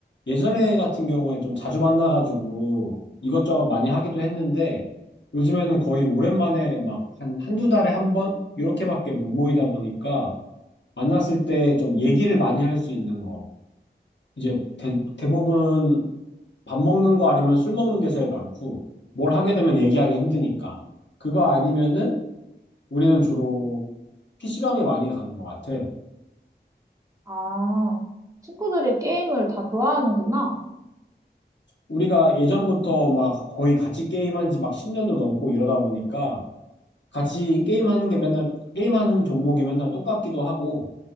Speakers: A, on the left (about 80°); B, on the right (about 20°).
A: 예전에 같은 경우에 좀 자주 만나가지고 이것저것 많이 하기도 했는데 요즘에는 거의 오랜만에 막 한 한두 달에 한 번? 이렇게밖에 못 모이다 보니까 만났을 때 좀 얘기를 많이 할 수 있는 거. 이제 대, 대부분 밥 먹는 거 아니면 술 먹는 게 제일 많고 뭘 하게 되면 얘기하기 힘드니까. 그거 아니면은 우리는 주로 PC방에 많이 가는 것 같아.
B: 아, 친구들이 게임을 다 좋아하는구나.
A: 우리가 예전부터 막 거의 같이 게임한 지 막 10년도 넘고 이러다 보니까 같이 게임하는 게 맨날, 게임하는 종목이 맨날 똑같기도 하고.